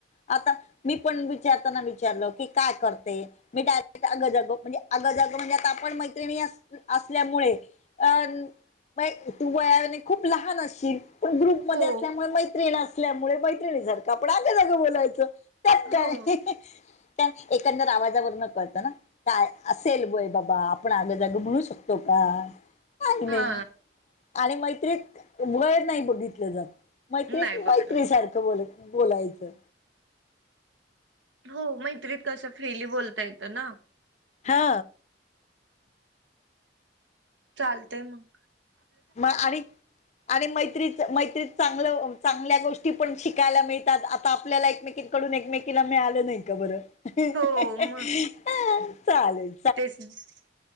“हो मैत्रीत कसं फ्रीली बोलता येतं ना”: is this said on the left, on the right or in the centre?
Right